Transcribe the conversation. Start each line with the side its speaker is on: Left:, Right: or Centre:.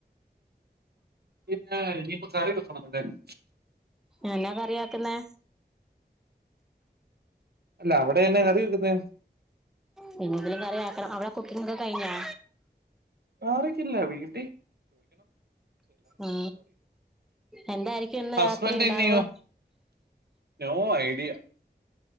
Right: പിന്നെ ഇനി കറിക്കെ വെക്കണം ന്തായാലും
Centre: എന്നക്കറിയാക്കുന്നെ
Right: ല്ല അവിടെന്ന കറി വെക്കുന്നെ
Centre: പിന്നെന്തേലും കറി ആക്കണം അവിടെ കുക്കിങ്ങോക്കെ കഴിഞ്ഞോ?
Right: ആരൊക്കെള്ളെ വീട്ടി
Centre: ആ എന്തായിരിക്കും ഇന്ന്
Right: ഹസ്ബൻഡ്
Centre: രാത്രി ഇണ്ടാവാ?
Right: എന്നെയോ നോ ഐഡിയ